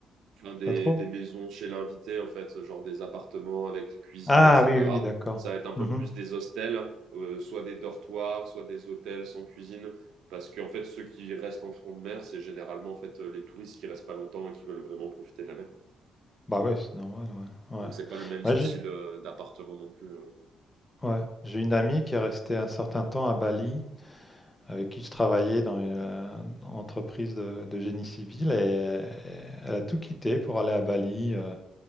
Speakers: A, on the right (about 80°); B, on the left (about 20°).
A: enfin des,
B: Pas trop?
A: des maisons chez l'invité en fait, genre des appartements avec cuisine,
B: Ah
A: etc.
B: oui, oui, d'accord.
A: Ça va être un peu
B: Mmh
A: plus des hostels, euh, soit des dortoirs, soit des hôtels sans cuisine, parce qu'en fait ceux qui restent en front de mer, c'est généralement en fait euh, les touristes qui restent pas longtemps et qui veulent vraiment profiter de la mer.
B: Bah oui, c'est normal, ouais. Ouais.
A: Donc c'est pas le même
B: Moi
A: style
B: j'ai
A: euh, d'appartement non plus. euh.
B: ouais, j'ai une amie qui est restée un certain temps à Bali, avec qui je travaillais dans une, heu, entreprise de de génie civil et et elle a tout quitté pour aller à Bali, heu,